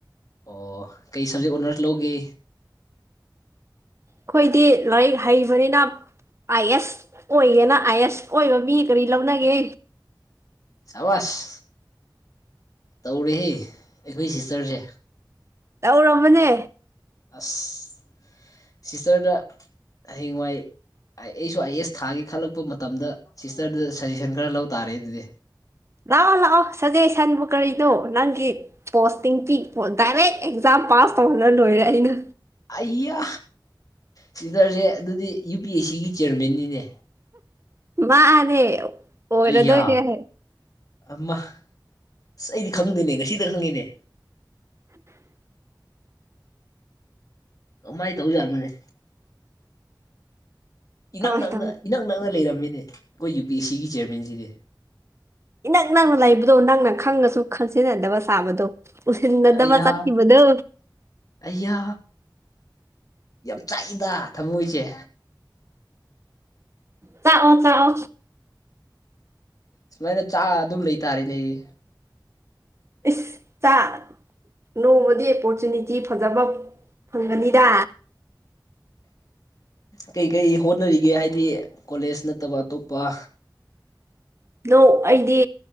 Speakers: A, on the left; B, on the right.
A: ꯑꯣ ꯀꯩ ꯁꯕꯖꯦꯛ ꯑꯣꯅꯔꯁ ꯂꯧꯒꯦ
B: ꯑꯩꯈꯣꯏꯗꯤ ꯂꯥꯏꯔꯤꯛ ꯍꯩꯕꯅꯤꯅ ꯑꯥ ꯑꯦꯁ ꯑꯣꯏꯌꯦꯦꯅ ꯑꯥ ꯑꯦꯁ ꯑꯣꯏꯕ ꯃꯤ ꯀꯔꯤ ꯂꯧꯅꯒꯦ
A: ꯆꯥꯕꯥꯁ ꯇꯧꯔꯍ ꯑꯩꯈꯣꯏ ꯁꯤꯁꯇꯔꯁꯦ
B: ꯇꯧꯔꯝꯕꯅꯦ
A: ꯑꯁ ꯁꯤꯁꯇꯔꯗ ꯍꯍꯤꯡꯋꯥꯏ ꯑꯩꯁꯨ ꯑꯥꯏ ꯑꯦꯁ ꯊꯥꯒꯦ ꯈꯜꯂꯛꯄ ꯃꯇꯝꯗ ꯁꯤꯁꯇꯔꯗꯨꯗ ꯁꯖꯦꯁꯟ ꯈꯔ ꯂꯧꯕ ꯇꯥꯔꯦ ꯑꯗꯨꯗꯤ
B: ꯂꯥꯛꯑꯣ ꯂꯥꯛꯑꯣ ꯁꯖꯦꯁꯟꯕꯨ ꯀꯔꯤꯅꯣ ꯅꯪꯒꯤ ꯄꯣꯁꯇꯤꯡ ꯄꯤ ꯗꯥꯏꯔꯦꯛ ꯑꯦꯛꯖꯥꯝ ꯄꯥꯁ ꯇꯧꯍꯜꯂ ꯂꯣꯏꯔꯦ ꯑꯩꯅ
A: ꯑꯩꯌꯥ ꯁꯤꯁꯇꯔꯁꯦ ꯑꯗꯨꯗꯤ ꯌꯨ ꯄꯤ ꯑꯦꯁ ꯁꯤꯒꯤ ꯆꯤꯌꯔꯃꯦꯟꯅꯤꯅꯦ
B: ꯃꯥꯅꯦ ꯑꯣꯏꯔꯗꯣꯏꯅꯦꯍꯦ
A: ꯑꯩꯌꯥ ꯑꯃ ꯑꯁ ꯑꯩꯗꯤ ꯈꯪꯗꯣꯏꯅꯦ ꯉꯁꯤꯗ ꯈꯪꯉꯤꯅꯦ
B: <unintelligible>
A: ꯀꯃꯥꯏ ꯇꯧ ꯌꯥꯔ ꯃꯅꯦ ꯏꯅꯥꯛ
B: ꯀꯃꯥꯏꯅ
A: ꯅꯛꯅ
B: ꯇꯧꯅꯤ
A: ꯏꯅꯥꯛ ꯅꯛꯅ ꯂꯩꯔꯝꯃꯤꯅꯦ ꯑꯩꯈꯣꯏ ꯌꯨ ꯄꯤ ꯑꯦꯁ ꯁꯤꯒꯤ ꯆꯤꯌꯔꯃꯦꯟꯁꯤꯗꯤ
B: ꯏꯅꯛ ꯅꯪꯅ ꯂꯩꯕꯗꯣ ꯅꯪꯅ ꯈꯪꯉꯁꯨ ꯈꯪꯖꯤꯟꯅꯗꯕ ꯁꯥꯕꯗꯣ ꯎ ꯎꯆ ꯅꯗꯃ
A: ꯑꯩꯌꯥ
B: ꯆꯥꯀꯤꯈꯤꯕꯗꯣ
A: ꯑꯩꯌꯥ ꯌꯥꯝ ꯆꯥꯛꯏꯗ ꯊꯃꯣꯏꯁꯦ
B: ꯆꯥꯛꯑꯣꯣ ꯆꯥꯛꯑꯣꯣ
A: ꯁꯨꯃꯥꯏꯅ ꯆꯥꯛ ꯑꯗꯨꯝ ꯂꯩꯇꯥꯔꯦꯅꯦ ꯑꯩ
B: ꯏ ꯆ ꯅꯣꯡꯃꯗꯤ ꯑꯣꯄꯣꯔꯆꯨꯅꯤꯇꯤ ꯐꯖꯕ ꯐꯪꯒꯅꯤꯗ
A: ꯀꯩꯀꯩ ꯍꯣꯠꯅꯔꯤꯒꯦ ꯍꯥꯏꯗꯤ ꯀꯣꯂꯦꯖ ꯅꯠꯇꯕ ꯑꯇꯣꯞꯄ
B: <unintelligible> ꯅ ꯑꯩꯗꯤ